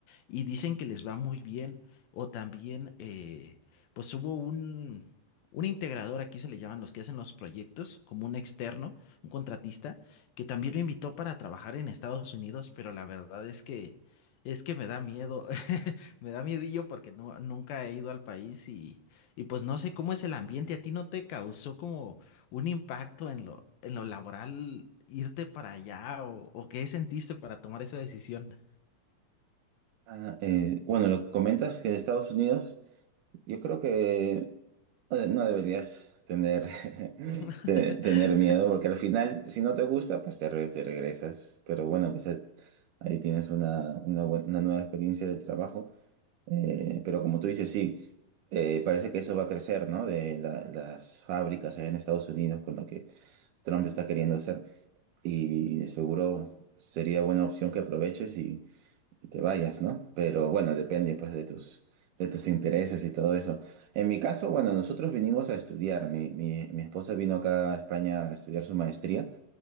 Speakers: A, on the left; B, on the right.
A: y dicen que les va muy bien. O también, eh, pues hubo un, un integrador, aquí se le llaman los que hacen los proyectos, como un externo, un contratista que también me invitó para trabajar en Estados Unidos, pero la verdad es que es que me da miedo, <laughs> me da miedillo porque no, nunca he ido al país y, y pues no sé cómo es el ambiente. ¿A ti no te causó como un impacto en lo, en lo laboral irte para allá o, o qué sentiste para tomar esa decisión?
B: Ah, eh, bueno, lo que comentas que de Estados Unidos, yo creo que No de- no deberías tener, <laughs>
A: <laughs>
B: te- tener miedo, porque al final, si no te gusta, pues te, re- te regresas. Pero bueno, pues eh, ahí tienes una, una, bu- una nueva experiencia de trabajo. Eh, pero como tú dices, sí, eh, parece que eso va a crecer, ¿no? De la- las fábricas allá en Estados Unidos, con lo que Trump está queriendo hacer. Y seguro sería buena opción que aproveches y te vayas, ¿no? Pero bueno, depende pues de tus, de tus intereses y todo eso. En mi caso, bueno, nosotros vinimos a estudiar. Mi, mi, mi esposa vino acá a España a estudiar su maestría